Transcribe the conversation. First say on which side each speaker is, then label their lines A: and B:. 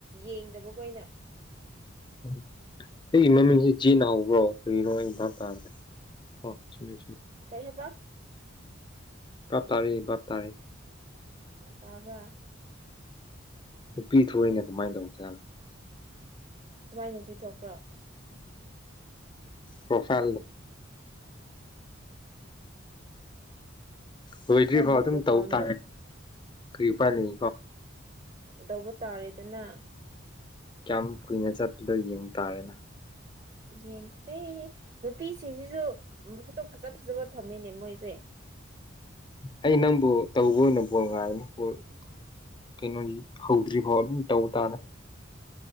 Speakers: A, on the right; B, on the left.
A: ꯌꯦꯡꯗꯕ ꯈꯣꯢꯅ
B: ꯎꯝ ꯁꯤꯒꯤ ꯃꯃꯤꯡꯁꯤ ꯖꯤꯅ ꯍꯧꯕ꯭ꯔꯣ ꯀꯔꯤꯔꯣ ꯑꯩ ꯚꯥꯞ ꯇꯥꯗꯔꯦ ꯍꯣ ꯆꯨꯝꯃꯦ ꯆꯨꯝꯃꯦ
A: ꯀꯩ ꯍꯥꯢꯄ
B: ꯕꯥꯞ ꯇꯥꯔꯦ ꯕꯥꯞ ꯇꯥꯔꯦ
A: ꯇꯥꯕꯔ
B: ꯅꯨꯄꯤ ꯊꯣꯛꯏꯅ ꯀꯃꯥꯏꯅ ꯇꯧꯕꯖꯥꯠꯅꯣ
A: ꯀꯃꯥꯏꯅ ꯄꯤ ꯊꯣꯛꯄ꯭ꯔꯣ
B: ꯄ꯭ꯔꯣꯐꯥꯏꯜ ꯂꯣꯏꯗ꯭ꯔꯤ
A: ꯀꯔꯝꯕ
B: ꯐꯥꯎ ꯑꯗꯨꯝ
A: ꯄ꯭ꯔꯣꯐꯥꯏꯜꯅꯣ
B: ꯇꯧꯕ ꯇꯥ ꯀꯔꯤ ꯎꯄꯥꯏ ꯂꯩ
A: ꯇꯧꯕ ꯇꯥꯔꯦꯗꯅ
B: ꯀꯌꯥꯝ ꯀꯨꯏꯅ ꯆꯠꯄꯗꯣ ꯌꯦꯡꯕ ꯇꯥꯔꯦꯅ
A: ꯌꯦꯡꯁꯦ ꯅꯨꯄꯤꯁꯤꯡꯁꯤꯁꯨ ꯐꯣꯇꯣ ꯐꯖ ꯐꯖꯕ ꯊꯝꯃꯤꯅꯦ ꯃꯣꯏꯁꯦ
B: ꯑꯩꯩꯅ ꯇꯧꯕ ꯑꯣꯏꯅ ꯕꯣꯜ ꯉꯥꯏꯔꯅꯤ ꯕꯣꯜ ꯀꯩꯅꯣꯗꯤ ꯍꯧꯗ꯭ꯔꯤ ꯐꯥꯎ ꯑꯗꯨꯝ ꯇꯧꯕ ꯇꯥꯅꯦ